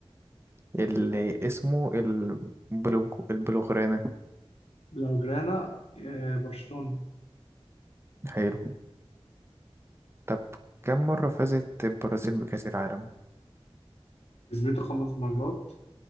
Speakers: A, on the right; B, on the left.
A: اللي اسمه البلوج البلوغرانة
B: لو جرانا آه، برشلونة
A: حلو طب كم مرة فازت البرازيل بكأس العالم؟
B: كسبته خمس مرات